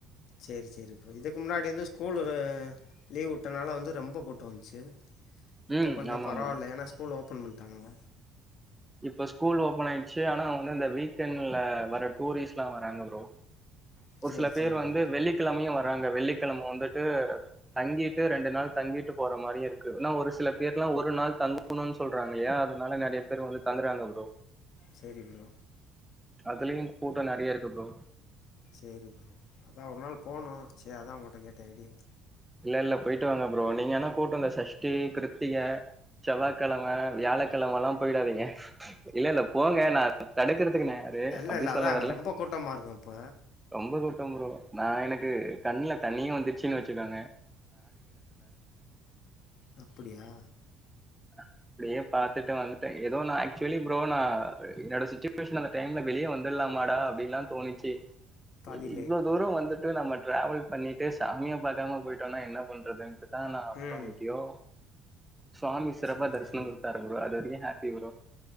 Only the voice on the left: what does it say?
சேரி சேரி ப்ரோ இதுக்கு முன்னாடி வந்து ஸ்கூல்லு லீவ் வுட்டனால வந்து ரொம்போ கூட்டோ வந்ச்சி இப்போ
கொஞ்சோ
பரவால்ல
ஏன்னா ஸ்கூல்ல ஓப்பன் பண்ட்டாங்கள
சரி
சரி
ப்ரோ
செரி ப்ரோ
சேரி ப்ரோ அதா ஒரு நாள் போனோ‌ சேரி அதா உங்கட்ட கேட்டே ஐடியா
இல்லல்ல
அதா
ரொம்ப
கூட்டமாருக்கோ அப்ப
அப்டியா
பாதியிலே
ம்
சேரி
சேரி